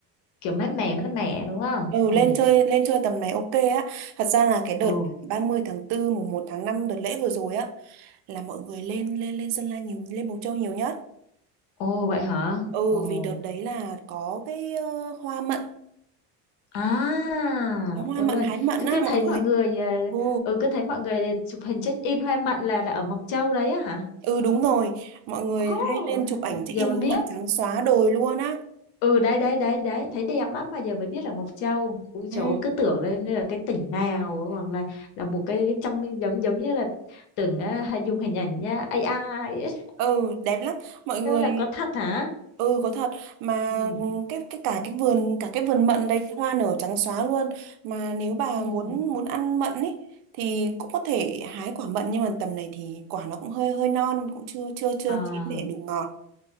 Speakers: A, on the left; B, on the right.
A: kiểu mát mẻ mát mẻ đúng không
B: Ừ,
A: ừ
B: lên chơi lên chơi tầm này ok á. Thật ra là cái đợt
A: ồ
B: 30 tháng tư mùng một tháng 5 đợt lễ vừa rồi á là mọi người lên lên lên Sơn La nhiều lên Mộc Châu nhiều nhất.
A: ồ vậy hả
B: Ừ
A: ồ
B: vì đợt đấy là có cái ờ, hoa mận,
A: à
B: có hoa
A: yêu
B: mận
A: ơi
B: hái mận
A: cứ
B: á
A: cứ thấy
B: mọi người.
A: mọi người ờ,
B: Ừ.
A: ừ cứ thấy mọi người chụp hình check in hoa mận là là ở Mộc Châu đấy á hả
B: Ừ đúng rồi, mọi người
A: oh
B: hay lên chụp ảnh check
A: giờ
B: in
A: mới
B: hoa
A: biết.
B: mận trắng xóa đồi luôn á.
A: Ừ đấy đấy đấy đấy thấy đẹp lắm mà giờ mới biết là Mộc Châu Ui trời
B: Ừ.
A: ơi, cứ tưởng lên là cái tỉnh nào hoặc là là một cái, cái trong giống giống như là tưởng à, hay dùng hình ảnh nhá AI ấy.
B: ừ đẹp lắm mọi người
A: thế là có thật hả
B: ừ có thật mà
A: ừ
B: cái cái cả cái vườn cả cái vườn mận đây hoa nở trắng xóa luôn mà nếu bà
A: ừ
B: muốn muốn ăn mận ấy thì cũng có thể hái quả mận nhưng mà tầm này thì quả nó cũng hơi hơi non cũng chưa chưa chưa
A: à
B: chín để đủ ngọt